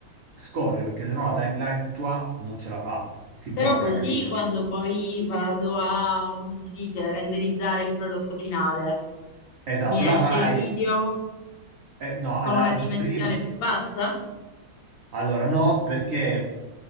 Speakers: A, on the right; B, on the left.
A: scorre perché sennò la timeline tua non ce la fa, si
B: Però
A: blocca,
B: così
A: capito?
B: quando poi vado a, come si dice, renderizzare il prodotto finale,
A: Esatto,
B: mi esce
A: la farai,
B: il video
A: eh, no, alla,
B: con una dimensione
A: prima,
B: più bassa?
A: allora no, perché